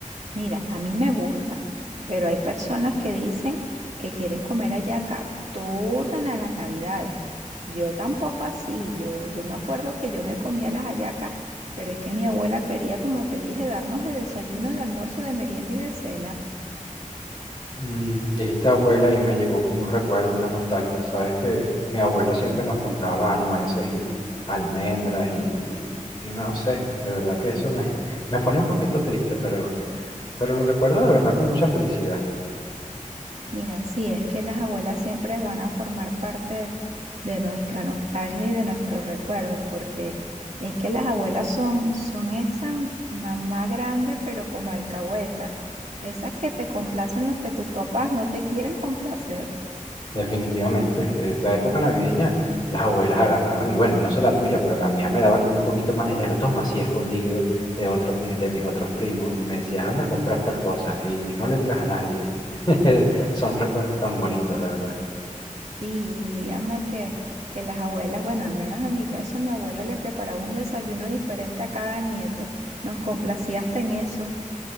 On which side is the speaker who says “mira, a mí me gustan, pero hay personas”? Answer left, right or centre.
Right